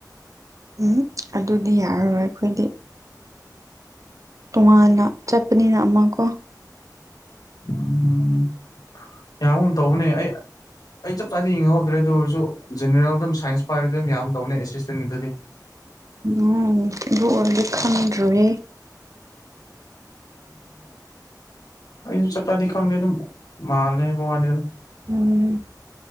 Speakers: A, on the right; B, on the left.
A: ꯎꯝ ꯑꯗꯨꯗꯤ ꯌꯥꯔꯔꯣꯏ ꯑꯩꯈꯣꯏꯗꯤ ꯇꯣꯉꯥꯟꯅ ꯆꯠꯄꯅꯤꯅ ꯑꯃ ꯀꯣ
B: ꯎꯝ ꯌꯥꯒꯨꯝ ꯇꯧꯕꯅꯦ ꯑꯩ ꯑꯩ ꯆꯞ ꯆꯥꯗꯤ ꯌꯦꯡꯍꯍꯧꯗ꯭ꯔꯦ ꯑꯗꯨ ꯑꯣꯏꯔꯁꯨ ꯖꯦꯅꯔꯦꯜ ꯑꯗꯨꯝ ꯁꯥꯏꯟꯁ ꯄꯥꯏꯔꯗꯤ ꯑꯗꯨꯝ ꯌꯥꯝ ꯇꯧꯅꯦ ꯑꯦꯁꯤꯁꯇꯦꯟꯒꯤꯗꯨꯗꯤ
A: ꯎꯝ ꯏꯕꯨ ꯑꯣꯏꯂꯤ ꯈ ꯔꯦ
B: ꯑꯝ ꯆꯞꯄꯥꯦ ꯑꯗꯨ ꯃꯥꯂꯣꯅꯤꯗ
A: ꯎꯝ